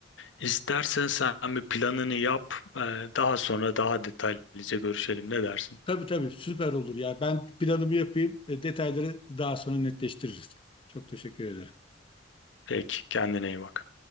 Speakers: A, on the left (about 85°); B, on the left (about 30°).
A: istersen sen bir planını yap. Ee, daha sonra daha detaylıca görüşelim. Ne dersin?
B: Tabii tabii süper olur ya. Ben planımı yapayım. e, detayları daha sonra netleştiririz. Çok teşekkür ederim.
A: Peki, kendine iyi bak.